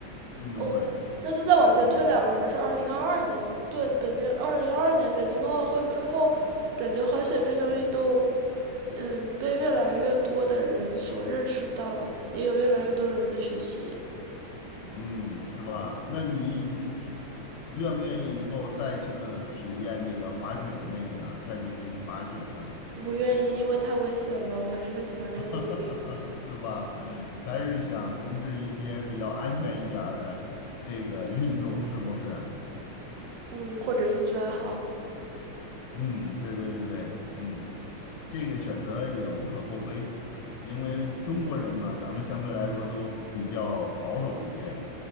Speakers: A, on the left; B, on the right.
A: 运动会，
B: 哦，那就再往前推两年，
A: 嗯
B: 是二零二二年。对，北京二零二二年北京冬奥会之后，感觉滑雪这项运动，嗯，被越来越多的人所认识到，也有越来越多人在学习。
A: 嗯，是吧？那你愿不愿意以后再去的体验这个滑雪的魅力呢？再去学习滑雪呢？
B: 不愿意，因为太危险了。我还是更喜欢看电影，
A: <laughs> 是吧？还是想从事一些比较安全一点儿的这个运动，是不是？
B: 嗯，或者兴趣爱好。
A: 嗯，对对对对，嗯，这个选择也无可厚非，因为中国人嘛，咱们相对来说都比较保守一些，